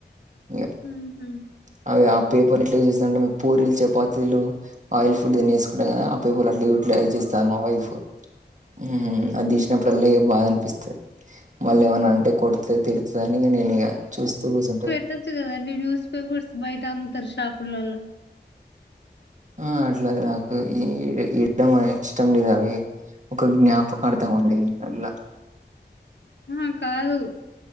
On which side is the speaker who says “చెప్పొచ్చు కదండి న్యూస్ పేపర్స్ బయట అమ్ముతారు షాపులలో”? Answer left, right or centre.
Left